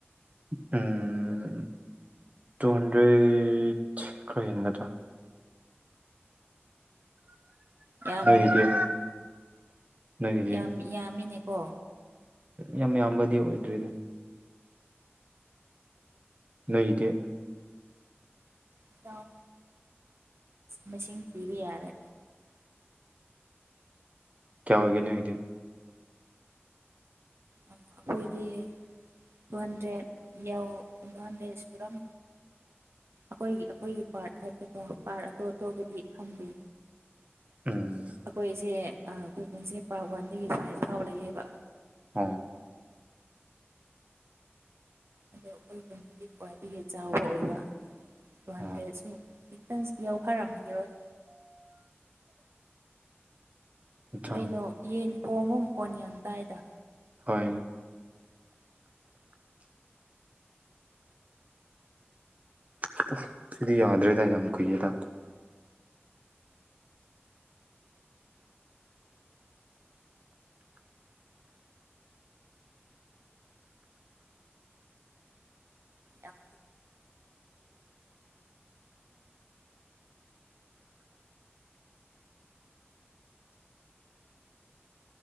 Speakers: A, on the right; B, on the right.
A: ꯎꯝ ꯇꯨ ꯍꯟꯗ꯭ꯔꯦꯠ ꯈꯔ ꯍꯦꯟꯒꯗ꯭ꯔꯥ
B: ꯌꯥꯝ
A: ꯅꯣꯏꯒꯤꯗꯤ ꯅꯣꯏꯒꯤꯗꯤ
B: ꯌꯥꯝ ꯌꯥꯝꯃꯤꯅꯦꯀꯣ
A: ꯌꯥꯝ ꯌꯥꯝꯕꯗꯤ ꯑꯣꯏꯗ꯭ꯣꯏꯅꯦ ꯂꯩꯗꯤꯦ
B: ꯑ ꯆꯥꯎ ꯃꯦꯁꯤꯟ ꯆꯤꯔꯤ ꯌꯥꯔꯦ
A: ꯀꯌꯥ ꯑꯣꯏꯒꯦꯅꯦ ꯏꯗꯤ
B: ꯑꯩꯈꯣꯏꯗꯤ ꯕꯣꯟꯗ꯭ꯔꯦ ꯌꯧ ꯕꯣꯟꯗꯦ ꯁꯨꯔꯝ ꯑꯩꯈꯣꯏꯒꯤ ꯑꯩꯈꯣꯏꯒꯤ ꯄꯥꯔꯠ ꯍꯥꯏꯇꯥꯀꯣ ꯄꯥꯔꯠ ꯑꯇꯣꯞ ꯑꯇꯣꯞꯄꯗꯤ ꯈꯪꯗꯦ
A: ꯎꯝ
B: ꯑꯩꯈꯣꯏꯁꯦ ꯑꯩꯈꯣꯏꯟꯁꯦ ꯄꯥꯔꯠ ꯋꯥꯟꯗꯒꯤ ꯐꯥꯏꯚ ꯐꯥꯎ ꯂꯩꯌꯦꯕ
A: ꯍ
B: ꯑꯗꯣ ꯑꯩꯈꯣꯏ ꯄꯨꯀꯤ ꯈ꯭ꯋꯥꯏꯗꯒꯤ ꯆꯥꯎꯕ ꯑꯣꯏꯕ ꯇꯨ ꯍꯟꯗ꯭ꯔꯦꯠꯁꯨ
A: ꯑꯣ
B: ꯛꯇꯪ ꯌꯥꯧꯈꯔꯝꯈꯤꯔꯣꯏ
A: ꯑꯠꯆꯥ
B: ꯀꯩꯅꯣ ꯌꯦꯟ ꯊꯣꯡꯕ ꯃꯈꯣꯟ ꯌꯥꯝ ꯇꯥꯏꯗ
A: ꯍꯣꯏ ꯑꯁ ꯁꯤꯗꯤ ꯌꯥꯗ꯭ꯔꯦꯗ ꯌꯥꯝ ꯀꯨꯏꯌꯦꯗ
B: ꯌꯥꯝ